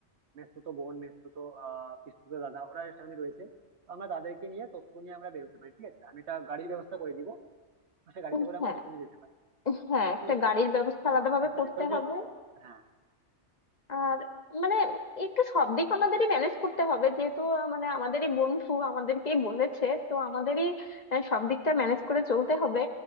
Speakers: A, on the right; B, on the left.
A: মেসতুতো বোন মেসতুতো আহ পিসতুতো দাদা ওরা সেখানে রয়েছে তো আমরা তাদেরকে নিয়ে তথ্য নিয়ে আমরা বেরোতে পারি ঠিক আছে আমি একটা গাড়ির ব্যবস্থা করে দিব তো সেই গাড়িতে
B: হ্যাঁ
A: করে
B: হ্যাঁ
A: আমরা তথ্য নিয়ে যেতে পারি
B: হ্যাঁ, একটা
A: ঠিক আছে
B: গাড়ির ব্যবস্থা আলাদাভাবে
A: আরেকটা
B: করতে
A: ব্যাপার হচ্ছে
B: হবে
A: হ্যাঁ
B: আর মানে একটু সব দিক আমাদেরই ম্যানেজ করতে হবে যেহেতু আহ, মানে আমাদেরই বন্ধু আমাদেরকেই বলেছে তো আমাদেরই আহ, সব দিকটা ম্যানেজ করে চলতে হবে